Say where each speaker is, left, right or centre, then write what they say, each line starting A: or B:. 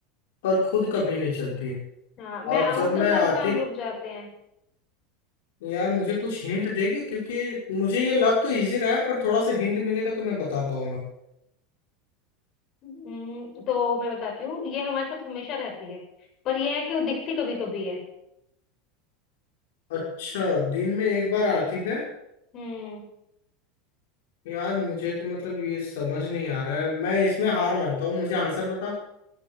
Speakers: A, on the left; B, on the left.
A: पर खुद कभी नहीं चलती है
B: हाँ मैं
A: और
B: आऊं
A: जब
B: तो सब
A: मैं आती
B: काम रुक जाते हैं
A: यार मुझे कुछ हिंट देगी क्योंकि मुझे ये लग तो इजी रहा है पर थोड़ा सा हिंट मिलेगा तो मैं बता पाऊंगा
B: हम्म, तो मैं बताती हूँ ये हमारे साथ हमेशा रहती है पर यह है कि वो दिखती कभी कभी है
A: अच्छा दिन में एक बार आती है
B: हम्म
A: यार मुझे तो मतलब ये समझ नहीं आ रहा है मैं इसमें हार मानता हूँ मुझे आंसर बता